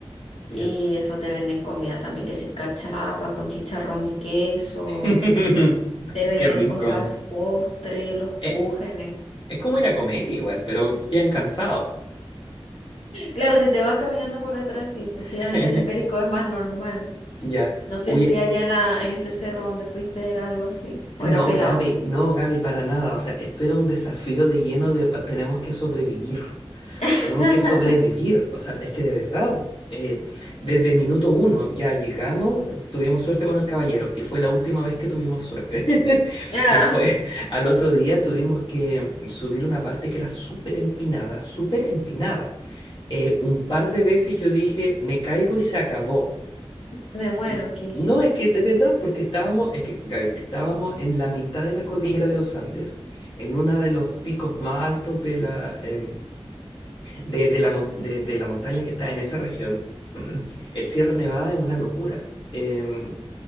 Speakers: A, on the left; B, on the left.
A: ya.
B: Y eso te venden comida también, que si cachapa con chicharrón y queso.
A: <laughs>
B: Te venden
A: Qué rico.
B: cosas, postre, los
A: Eh,
B: cúgenes.
A: es como ir a comer igual, pero quedan cansados.
B: Claro, si te vas caminando por atrás, sí, pues
A: <laughs>
B: si vas en teleférico es más normal.
A: Ya.
B: No sé
A: Oye.
B: si allá en la, en ese cerro donde fuiste era algo así, o
A: No,
B: era pelado.
A: Gaby, no, Gaby, para nada. O sea, esto era un desafío de lleno de va- tenemos que sobrevivir,
B: <laughs>
A: tenemos que sobrevivir. O sea, es que de verdad, eh, desde minuto uno ya llegamos, eh, tuvimos suerte con el caballero y fue la última vez que tuvimos suerte. <laughs>
B: Ah,
A: Después, al otro día tuvimos que subir una parte que era súper empinada, súper empinada. Eh, un par de veces yo dije, me caigo y se acabó.
B: me muero
A: N-
B: aquí.
A: No, es que de verdad, porque estábamos, es que Gaby, estábamos en la mitad de la cordillera de los Andes, en uno de los picos más altos de la, em, de, de la, mon- de- de la montaña que está en esa región. <clears throat> El Sierra Nevada es una locura. Em,